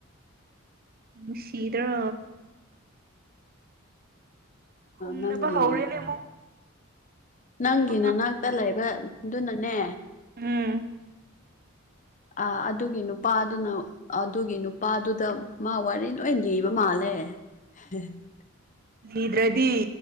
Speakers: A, on the right; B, on the left.
A: ꯎ ꯁꯤꯤꯗ꯭ꯔꯣ ꯈꯨꯝꯅꯕ
B: ꯅꯪꯒꯤ
A: ꯍꯧꯔꯦꯅꯦ ꯑꯃꯨ
B: ꯅꯪꯒꯤ
A: ꯨ
B: ꯅꯅꯥꯛꯇ ꯂꯩꯕꯗꯨꯅꯅꯦ
A: ꯎꯝ
B: ꯑ ꯑꯗꯨꯒꯤ ꯅꯨꯄꯥꯗꯨꯅ ꯑꯗꯨꯒꯤ ꯅꯨꯄꯥꯗꯨꯗ ꯃꯥ ꯋꯥꯔꯤ ꯂꯣꯏ ꯂꯤꯕ ꯃꯥꯜꯂꯦ ꯍ <unintelligible> <inaudible>
A: ꯂꯤꯗ꯭ꯔꯗꯤ